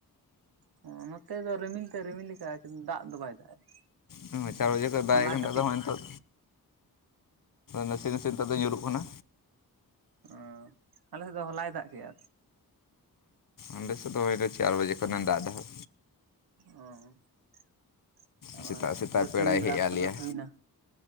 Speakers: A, on the right; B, on the left.
A: <unintelligible> ᱱᱚᱛᱮ ᱫᱚ ᱨᱤᱢᱤᱞ ᱛᱮᱫ ᱮ ᱨᱤᱢᱤᱞ ᱟᱠᱟᱫᱟ ᱠᱤᱱᱛᱩ ᱫᱟᱜ ᱫᱚ ᱵᱟᱭ ᱫᱟᱜ ᱮᱫᱟ᱾
B: <unintelligible> ᱪᱟᱨ ᱵᱟᱡᱮ ᱠᱷᱚᱡ ᱫᱟᱜ
A: ᱦᱚᱞᱟ
B: <unintelligible> ᱟᱫᱚ
A: ᱠᱟᱹᱴᱤᱡ
B: ᱱᱚᱜᱚᱭ ᱱᱤᱛᱚᱜᱼᱼ ᱱᱟᱥᱮ ᱱᱟᱥᱮ ᱛᱮᱫᱚ ᱧᱩᱨᱩᱜ ᱠᱟᱱᱟ
A: <unintelligible> ᱟᱞᱮ ᱥᱮᱫ ᱫᱚ ᱦᱚᱞᱟᱭ ᱫᱟᱜ ᱠᱮᱫᱟ᱾
B: ᱚᱸᱰᱮ ᱥᱮᱫ ᱫᱚ ᱦᱩᱭᱱᱟ ᱪᱟᱨ ᱵᱟᱡᱮ ᱠᱷᱚᱱᱮ ᱫᱟᱜ ᱮᱫᱟ ᱦᱟᱜᱼᱼ
A: ᱚ <unintelligible> ᱼᱼ <unintelligible>
B: ᱥᱮᱛᱟᱜ ᱥᱮᱛᱟᱜ
A: ᱫᱟᱹᱛᱟᱹᱱᱤ
B: ᱯᱮᱲᱟᱭ ᱦᱮᱡ
A: ᱵᱨᱟᱥ
B: ᱟᱫ
A: ᱠᱚᱫᱚ
B: ᱞᱮᱭᱟ
A: ᱦᱩᱭᱱᱟ?